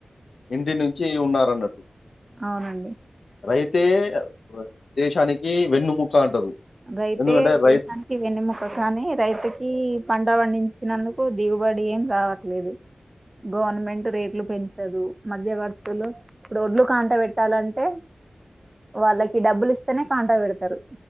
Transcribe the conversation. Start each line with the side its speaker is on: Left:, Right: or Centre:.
Left: ఇంటి నుంచి ఉన్నారన్నట్టు.
Right: అవునండి
Left: రైతే వ దేశానికి వెన్నుముక అంటారు.
Right: రైతే
Left: ఎందుకంటే
Right: దేశానికి
Left: రైతు
Right: వెన్నెముక కానీ రైతుకి పంట పండించినందుకు దిగుబడి ఏం రావట్లేదు గవర్నమెంట్ రేట్లు పెంచదు మధ్యవర్తులు ఇప్పుడు ఒడ్లు కాంట పెట్టాలంటే వాళ్ళకి డబ్బులు ఇస్తేనే కాంట పెడతారు